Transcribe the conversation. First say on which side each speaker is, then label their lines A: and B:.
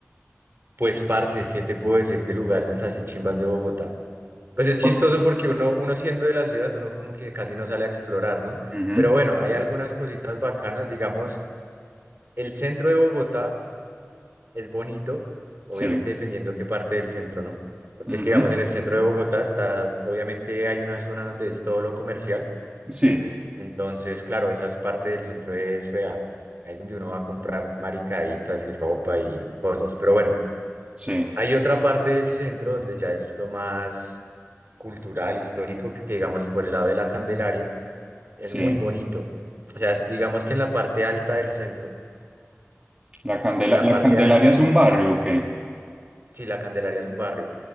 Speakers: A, on the right (about 50°); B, on the right (about 25°).
A: pues, parce, ¿qué te puedo decir de lugares así chimbas de Bogotá? Pues es chistoso
B: Por-
A: porque uno, uno siendo de la ciudad, uno como que casi no sale a explorar, ¿no?
B: Ujú,
A: Pero bueno, hay algunas cositas bacanas, digamos, el centro de Bogotá es bonito, obviamente
B: Sí,
A: dependiendo qué parte del centro, ¿no? Porque
B: ujú,
A: es que, digamos, en el centro de Bogotá está, obviamente hay una zona donde es todo lo comercial,
B: sí,
A: entonces, claro, esa parte del centro es fea, ahí es donde uno va a comprar maricaditas y ropa y cosas, pero bueno,
B: sí,
A: hay otra parte del centro donde ya es lo más cultural, histórico, que digamos por el lado de la Candelaria, es
B: sí.
A: muy bonito, o sea, es- digamos que en la parte alta del centro,
B: La Candela,
A: la
B: ¿la
A: parte
B: Candelaria
A: alta,
B: es un barrio o qué?
A: sí, la Candelaria es un barrio